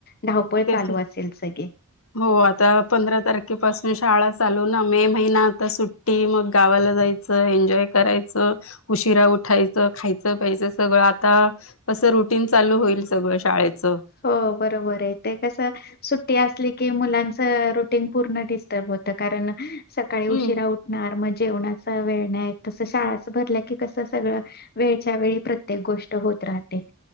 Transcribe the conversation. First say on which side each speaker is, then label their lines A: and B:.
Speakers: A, on the left; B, on the left.
A: धावपळ
B: तेच
A: चालू
B: ना
A: असेल सगळी
B: हो आता पंधरा तारखेपासून शाळा चालू ना मे महिना आता सुट टी मग गावाला जायचं एन्जॉय करायचं उशिरा उठायचं खायचं पा्यायचं सगळं आता असं रुटीन चालू होईल सगळं शाळेचं
A: हो बरोबर आहे ते कस सुट्टी असली की मुलांच रोटीन पूर्ण डिस्र् होत कारण सकाळी
B: हम्म
A: उशीरा उठणार मग जेव वेळण तसं शाळाचं भरल्या की कस सगळं वेळच्या वेळी प्रत्येक गोष्ट होत राहते